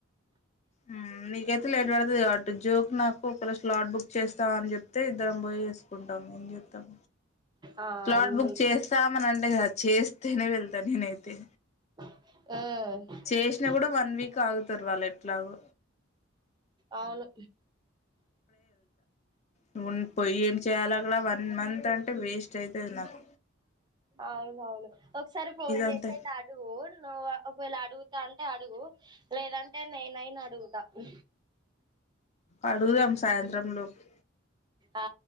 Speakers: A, on the left; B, on the right.
A: హు నీకైతే లేట్ పడుతది అట్టు జోక్ నాకు ఒకరు స్లాట్ బుక్ చేస్తావా అని చెప్తే ఇద్దరం పోయి వేసుకుంటాం ఏం చెతం
B: ఆ
A: స్లాట్ బుక్
B: మీ
A: చేస్తాం మనంటే కాదు అచేస్తేనే వెళ్తా నేనైతే
B: హు
A: చేసినా కూడా వన్ వీక్ ఆగుతారు వాళ్ళ ఎట్లాగు
B: అవును
A: నువ్ పోొయి ఏం చేయాల లా వన్ మంత్ అంటే వేస్ స్టైతది నాక్
B: అవును అవును ఒకసారి ఫోన్
A: అంతే
B: చేసేతే ఇటఅడుగు నువ్వు ఒ ఒకేళ్ళ అడుగుతా అంటే అడుగు లేదంటే నేనయిన అడుగు దా ఉ
A: అడుగుదాం సాయంత్రం లోపు
B: ఆ